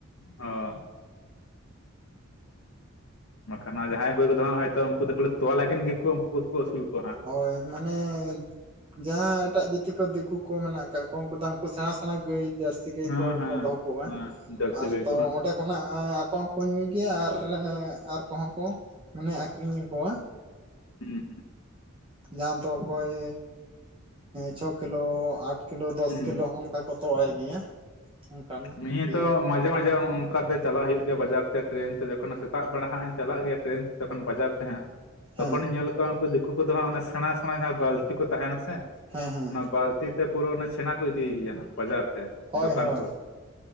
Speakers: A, on the left; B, on the right.
A: ᱚᱻ ᱵᱟᱠᱷᱟᱱ ᱡᱟᱦᱟᱸᱭ ᱜᱟᱹᱭ ᱠᱚᱫᱚ ᱦᱟᱸᱜ ᱩᱱᱠᱩ ᱫᱚ ᱛᱚᱣᱟ ᱞᱟᱹᱜᱤᱫ ᱜᱮᱠᱚ ᱩᱱᱠᱩ ᱠᱚᱠᱚ ᱟᱹᱥᱩᱞ ᱠᱚᱣᱟᱸᱜ ᱦᱟᱜ᱾
B: ᱦᱳᱭ ᱢᱟᱱᱮ᱾ ᱡᱟᱦᱟᱸ ᱮᱴᱟᱜ ᱡᱟᱹᱛᱤ ᱠᱚ ᱫᱤᱠᱩ ᱠᱚ ᱢᱮᱱᱟᱜ ᱠᱟᱜ ᱠᱚᱣᱟ, ᱩᱱᱠᱩ ᱫᱚ ᱩᱱᱠᱩ ᱥᱮᱬᱟ ᱥᱮᱬᱟ ᱜᱟᱹᱭ ᱡᱟᱹᱨᱥᱤ ᱛᱮᱜᱮ
A: ᱦᱮᱸ
B: ᱠᱚᱠᱚ
A: ᱦᱮᱸ
B: ᱫᱚᱦᱚ ᱠᱚᱣᱟ
A: ᱦᱮᱸ ᱡᱟᱹᱨᱥᱤ
B: ᱟᱨ
A: ᱜᱟᱹᱭ
B: ᱛᱚ
A: ᱠᱚ ᱦᱟᱸᱜ
B: ᱚᱸᱰᱮ ᱚᱱᱟᱱᱟᱜ ᱟᱠᱚ ᱦᱚᱸᱠᱚ ᱧᱩᱭ ᱜᱮᱭᱟ ᱟᱨ ᱟᱨ ᱠᱚᱦᱚᱸ ᱠᱚ ᱢᱟᱱᱮ ᱟᱠᱷᱨᱤᱧ ᱟᱠᱚᱣ᱾
A: ᱦᱩᱸ ᱦᱩᱸ
B: ᱡᱟᱦᱟᱸ ᱫᱚ ᱚᱠᱚᱭ ᱪᱷᱚ ᱠᱤᱞᱳ ᱟᱴ ᱠᱤᱞᱳ ᱫᱚᱥ
A: ᱦᱩᱸ
B: ᱠᱤᱞᱳ ᱱᱚᱜᱝᱠᱟ᱾ ᱠᱚ ᱛᱳᱭᱟ ᱟᱭ ᱜᱮᱭᱟ᱾ ᱚᱱᱠᱟᱱ
A: ᱱᱤᱭᱟᱹ
B: ᱜᱮ
A: ᱛᱚ ᱢᱟᱡᱷᱮ ᱢᱟᱡᱷᱮ ᱚᱱᱠᱟᱛᱮ ᱪᱟᱞᱟᱜ ᱦᱩᱭᱩᱜ ᱜᱮᱭᱟ ᱵᱟᱡᱟᱨ ᱛᱮ ᱴᱨᱮᱹᱱ ᱛᱮ ᱡᱚᱠᱷᱚᱱ ᱥᱮᱛᱟᱜ ᱵᱮᱲᱟ ᱦᱟᱸᱜ ᱤᱧ ᱪᱟᱞᱟᱜ ᱜᱮᱭᱟ, ᱴᱨᱮᱱ ᱛᱮ ᱛᱚᱠᱷᱚᱱ ᱵᱟᱡᱟᱨ ᱛᱮ ᱦᱟᱸᱜ ᱛᱚᱠᱷᱚᱱ
B: ᱦᱮᱸ
A: ᱤᱧ ᱧᱮᱞ ᱠᱚᱣᱟ ᱩᱱᱠᱩ ᱫᱤᱠᱩ ᱠᱚᱫᱚ ᱦᱟᱸᱜ ᱚᱱᱟ ᱥᱮᱬᱟ ᱥᱮᱬᱟ ᱡᱟᱦᱟᱸ ᱵᱟᱹᱛᱤ ᱠᱚ ᱛᱟᱦᱮᱱᱟ ᱥᱮ
B: ᱦᱮᱸ ᱦᱮᱸ
A: ᱚᱱᱟ᱾ ᱛᱤ ᱛᱮ ᱯᱩᱨᱟᱹ ᱪᱷᱮᱱᱟ ᱠᱚ ᱤᱫᱤᱭ ᱜᱮᱭᱟ ᱵᱟᱡᱟᱨ ᱛᱮ
B: ᱦᱳᱭ
A: ᱫᱚᱠᱟᱱ
B: ᱦᱳᱭ
A: ᱠᱚᱨᱮ᱾